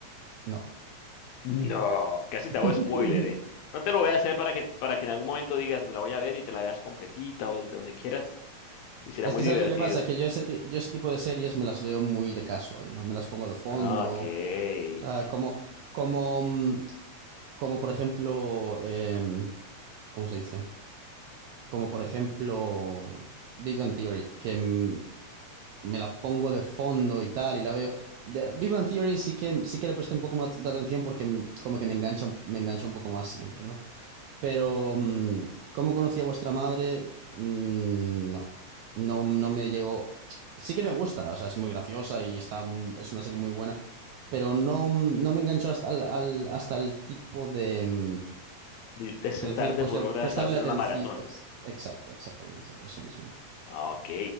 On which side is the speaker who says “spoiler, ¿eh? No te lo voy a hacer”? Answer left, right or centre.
Left